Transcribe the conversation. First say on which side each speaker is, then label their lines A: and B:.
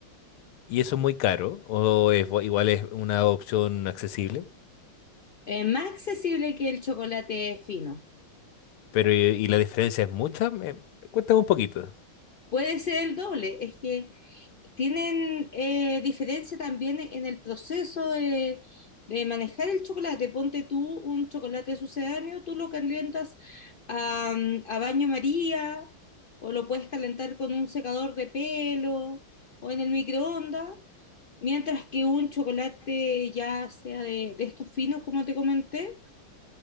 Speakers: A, on the left; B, on the left.
A: ¿Y eso es muy caro? ¿O es, bu- igual es una opción accesible?
B: eh, más accesible que el chocolate fino.
A: Pero, ¿y, y la diferencia es mucha? Me- cuéntame un poquito.
B: Puede ser el doble, es que tienen eh, diferencia también en el proceso de, de manejar el chocolate. Ponte tú un chocolate sucedáneo, tú lo calientas a, a baño María o lo puedes calentar con un secador de pelo o en el microondas, mientras que un chocolate ya sea de, de estos finos, como te comenté,